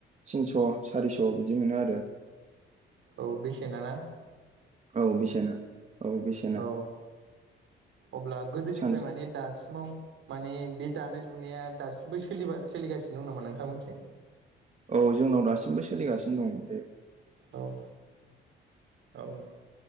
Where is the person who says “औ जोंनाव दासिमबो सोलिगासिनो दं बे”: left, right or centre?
Right